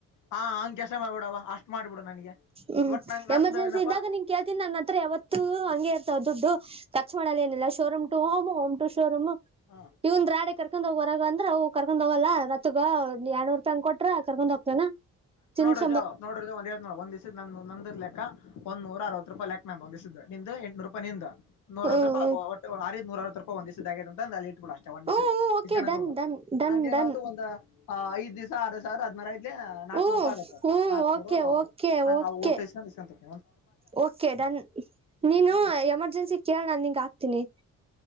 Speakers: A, on the left; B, on the right.
A: ಆ ಹ ಮಾಡ್ಬಿಡವ ಅಷ್ಟ ಮಾಡಬಿಡು ನನಗೆ
B: ಹ್ಮ್
A: ಒಟ್ ನಂಗ ನಂದ
B: ಎಮರ್ಜೆನ್ಸಿ
A: ಏನಪ್ಪಾ
B: ಇದ್ದಾಗ ನಿನ್ ಕೇಳ್ತೀನಿ ನನ್ನ ಹತ್ರ ಯಾವತ್ತು ಹಂಗೆ ಇರ್ತ ದುಡ್ಡು ಖರ್ಚ್ ಮಾಡಲ್ಲ ಏನಿಲ್ಲ ಶೋರೂಮ್ ಟು ಹೋಮ್ ಹೋಮ ು ಶೋರೂಮ್
A: ಹ
B: ಇ ಒಂದು ರಾಡೆ ಕರ್ಕೊಂಡ್ ಹೋಗ ಅಂದ್ರ ಅವು ಕರ್ಕೊಂಡ್ ಹೋಗಲ್ಲಾ ರತ್ಗ ಎರಡ್ನೂರು ರೂಪಾಯಿ ಕೊಟ್ರ ಕರ್ಕೊಂಡ್ ಹೋಗ್ತೇಾನ ಸೀನ್ಸ್
A: ನೋಡ್ರ ಒಂದ ನೋ ಒಂದ್ಿವ್ ನ ನಂದರ್ ಲೆಕ್ಕ ಒಂದ ನೂರ ಅರವತ್ತು ರೂಪಾಯ ಲೆಕ್ನಂತಂದಿಸಿದ್ದ ನಿ ಎಂಟ್ನೂರು ರೂಪಾಯಂದ ನೂರವ
B: ಹ್ಮ್
A: ರೂಪಾಯ ಒ ನೂರ ೂಪ ಒಂದ್ ದಿಸದ ಆ ಅಂತ ಅಲ್ಲಿ ಇಟ್ಬೋ ಅಷ್ಟಂದ್ಿಸಸದ
B: ಹ್ಮ್ ಹ್ಮ್ ಓಕೆ
A: ಇಲ್ಲ
B: ಡನ್ ಡನ್ ಡನ್
A: ನಂಗ ಏನತು
B: ಡನ್
A: ಒಂದು ಹ ಐದ್ಸ ಆರ ಸಾವಿರದಿನಾರ ಐ್ಲಿ
B: ಹ್ಮ್
A: ನೂರು ರೂಪಾಯಿ ಆಗತತ್
B: ಹ್ಮ್
A: ನಾಕಕ್ನೂರು
B: ಓಕೆ ಓಕೆ
A: ಹಂಗ್
B: ಓಕೆ
A: ಓಟಸ್ಕೊಂಡ್ ಇಂತ
B: ಓಕೆ ಡನ್ ನೀನು
A: ಅಷ್ಟ್ ಮಾಡ್ಕೊ
B: ಎಮರ್ಜೆನ್ಸಿ ಕೇಳ ನಾನು ನಿಂಗ ಆಾಕ್ತೀನಿ